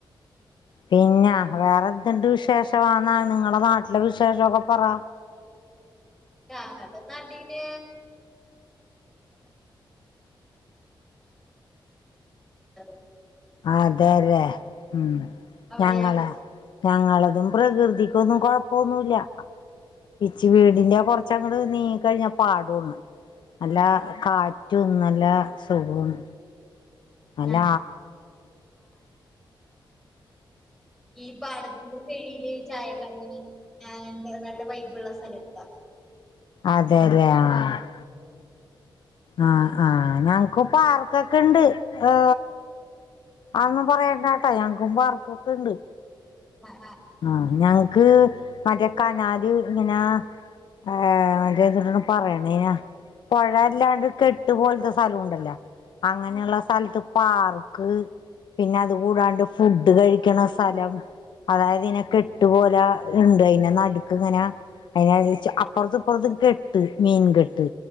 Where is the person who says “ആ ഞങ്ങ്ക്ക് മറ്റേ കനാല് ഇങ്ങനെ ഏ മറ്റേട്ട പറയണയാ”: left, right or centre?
Left